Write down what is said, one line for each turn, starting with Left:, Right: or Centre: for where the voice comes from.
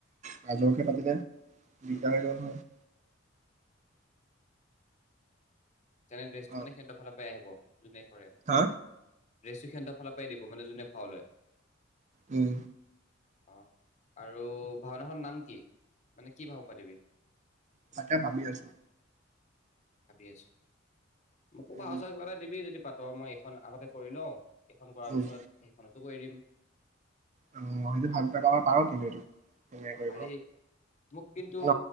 Right: ৰাজহুয়াকে পাতিলে ইণ্টাৰনেত
Left: উম
Right: হক
Left: যেনে ড্ৰেছটো
Right: অ
Left: মানে সিহঁৰ ফালৰ পৰাই আহিব যোনে কৰে।
Right: হা
Left: ড্ৰেছটো সিহঁতৰ ফালৰ পৰাই দিব মানে যোনে ভাও লয়।
Right: উম',।
Left: অ', আৰু ভাওনাখনৰ নাম কি? মানে কি ভাও পাতিবি?
Right: তাকে ভাবি আছো।
Left: ভাবি আছো, মোকো
Right: উম
Left: ভও চাও কিবা এটা দিবি যদি পাত মই এইখন আগতে কৰি লও। এইখন কৰাৰ
Right: উম,
Left: পিছত সেইখনতো কৰি দিম।
Right: অ সেইটো ভাব ব পাব পাৰ কিন্তু এইটো তেনেকে কৰিব
Left: পাৰি মোক কিন্তু
Right: ন